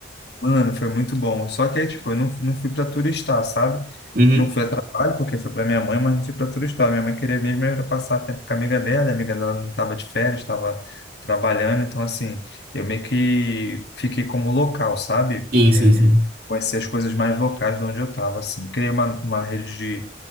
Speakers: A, on the left; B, on the right.
A: Mano, foi muito bom. Só que aí, tipo, eu não, não fui pra turistar, sabe?
B: Uhum.
A: Não fui a trabalho, porque foi pra minha mãe, mas não fui pra turistar. Minha mãe queria mesmo era passar tempo com a amiga dela, a amiga dela não tava de férias, tava trabalhando. Então, assim, eu meio que fiquei como local, sabe?
B: Sim, sim,
A: É,
B: sim.
A: conhecer as coisas mais locais de onde eu tava, assim. Criei uma, uma rede de